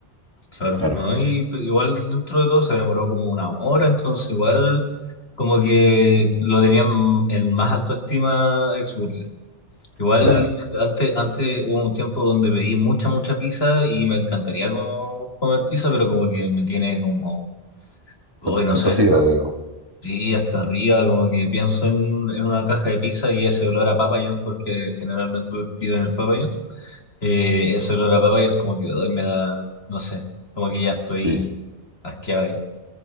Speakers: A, on the left; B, on the right.
A: Claro,
B: Claro,
A: ¿no? Y pues, igual dentro de todo se demoró como una hora, entonces igual como que lo tenían en más alta estima Exburger. Igual
B: claro.
A: antes, antes hubo un tiempo donde pedí mucha, mucha pizza y me encantaría como comer pizza, pero como que me tiene como Hoy
B: At-
A: no sé,
B: Atosido, digo.
A: así hasta arriba, como que pienso en, en una caja de pizza y ese olor a Papa John's, porque generalmente pido en el Papa John's, eh, ese olor a Papa John's como que hoy me da, no sé, como que ya estoy
B: Sí,
A: asqueado ahí.